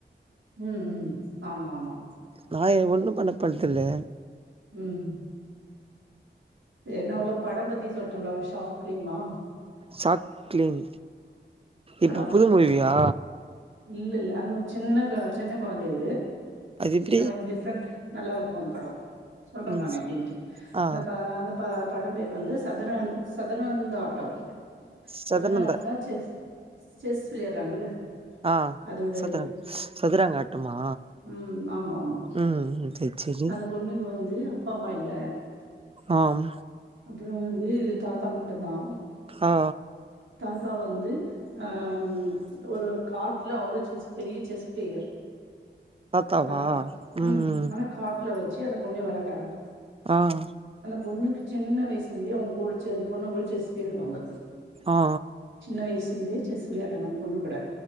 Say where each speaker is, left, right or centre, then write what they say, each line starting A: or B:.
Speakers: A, on the right; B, on the right.
A: உம் உம் ஆமா ஆமா
B: நான் ஒண்ணு பண்ணப்படுதுல
A: உம் ஏனானா ஒரு படம் பத்தி சொல்லிட்டேன்ங்களா ஷாட் ஃப்ளிமா
B: ஷாட் ஃப்ளிம்
A: படம்
B: இப்ப புது மூவியா
A: இல்ல இல்ல அது ஒரு சின்ன காச்ச என்ன கொழந்த இது
B: அது எப்டி
A: வந்து டிஃப்ரென்ட நல்லா இருக்கு அந்த படம் சொல்றே
B: ம்
A: நா எப்பிடின்ட்டு
B: ஆ
A: அந்த அந்த படம் பேர் வந்து சதுர சதுரந்த ஆல் பட்டம்
B: சதுரங்க
A: சதாரண அட்டனச்சி செஸ் விளையாறாங்கல்ல
B: ஆ
A: அதோட
B: சதுரங்க
A: இது
B: சதுரங்க ஆட்டமா
A: உம் ஆமா ஆமா
B: ம் சரி சரி
A: அந்த பொண்ணுக்கு வந்து அப்பா அம்மா இல்ல
B: ஆஹ்
A: அப்புற வந்து தாத்தா மட்டு தா
B: ஆ
A: தாத்தா வந்து ஆஹ் ஒரு காட்டு ல அவரு செஸ் பெரிய செஸ் பிளேயர்
B: தாத்தாவா
A: தாத்தா
B: ம்
A: உம் ஆனா காட்டுல வச்சு அந்த பொண்ண வளக்கறாங்க
B: ஆஹ்
A: பொண்ணுக்கு சின்ன வயசுல இருந்தே அவங்க கூட அந்த பொண்ணு கூட செஸ் விளையாடுவாங்க
B: ஆ
A: சின்ன வயசுலந்து செஸ் விளாடுறங்க அந்த பொண்ணு கூட